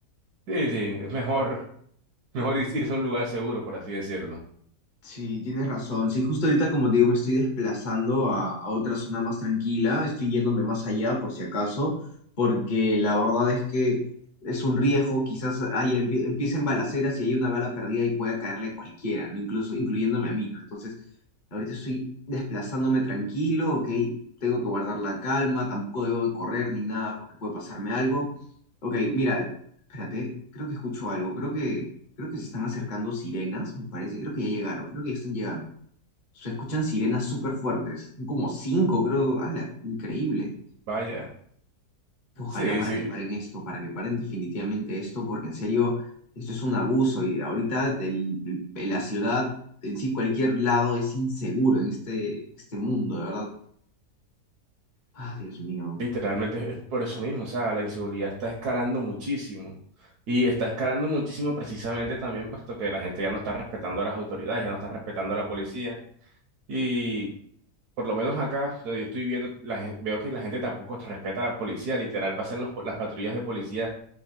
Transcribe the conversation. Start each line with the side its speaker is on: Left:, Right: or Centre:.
Right: sí, sí, es mejor, <laughs> mejor ir- irse a un lugar seguro, por así decirlo.
Left: Sí, tienes razón. Sí, justo ahorita, como te digo, me estoy desplazando a, a otra zona más tranquila. Estoy yéndome más allá, por si acaso, porque la verdad es que es un riesgo. Quizás ahí empie- empiecen balaceras y hay una bala perdida y pueda caerle a cualquiera, ¿no? Incluso incluyéndome a mí, ¿no? Entonces, ahorita estoy desplazándome tranquilo, ¿ok? Tengo que guardar la calma, tampoco debo de correr ni nada porque puede pasarme algo. Ok, mira, espérate, creo que escucho algo. Creo que Creo que se están acercando sirenas, me parece. Creo que ya llegaron, creo que ya están llegando. Se escuchan sirenas súper fuertes. Son como cinco, creo. ¡Hala! Increíble.
Right: Vaya,
Left: Ojalá
Right: sí,
Left: para
Right: sí,
Left: que Sí. paren esto, para que paren definitivamente esto, porque en serio, esto es un abuso. Y ahorita el- el- la ciudad en sí, cualquier lado es inseguro en este, este mundo, de verdad. Ah, Dios mío.
Right: literalmente es por eso mismo, o sea, la inseguridad está escalando muchísimo y está escalando muchísimo precisamente también puesto que la gente ya no está respetando a las autoridades, ya no está respetando a la policía. Y Por lo menos acá, donde yo estoy viendo, la gen- veo que la gente tampoco respeta a la policía. Literal, pasan los po- las patrullas de policía